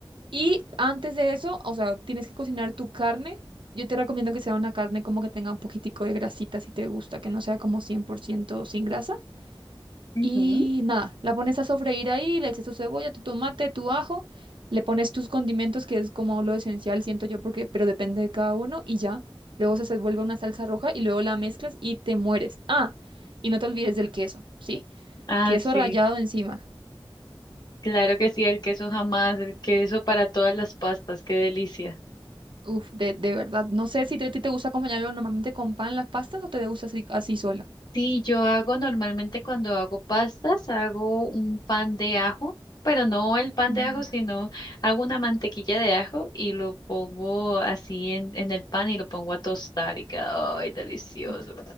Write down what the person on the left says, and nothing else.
Ujú.
Ah,
sí.
Claro que sí, el queso jamás, el queso para todas las pastas, qué delicia.
Sí, yo hago normalmente cuando hago pastas, hago un pan de ajo, pero no el pan
de ajo, sino hago una mantequilla de ajo y lo pongo así en, en el pan y lo pongo a tostar y queda, ay, delicioso.